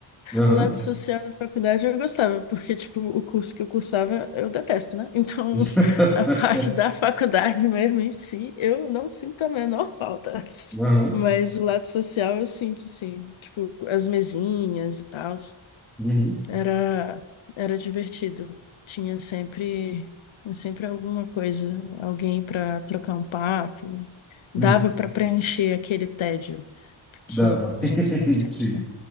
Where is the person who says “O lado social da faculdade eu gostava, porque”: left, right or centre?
Left